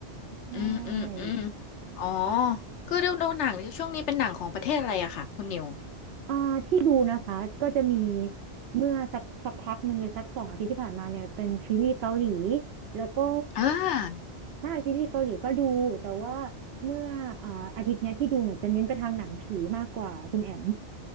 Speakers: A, on the right; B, on the left.
A: ใช่
B: อืมอืมอืมอ๋อคือดูดูหนังช่วงนี้เป็นหนังของประเทศอะไรอะค่ะคุณนิว
A: อ่าที่ดูนะคะก็จะมีเมื่อสักสักพักหนึ่งเลยสักสองอาทิตย์ที่ผ่านมาเนี่ยเป็นซีรีส์เกาหลีแล้วก็
B: อ่า
A: ใช่ซีรีส์เกาหลีก็ดูแต่ว่าเมื่ออ่าอาทิตย์เนี้ยที่ดูเนี่ยจะเน้นไปทางหนังผีมากกว่าคุณแอม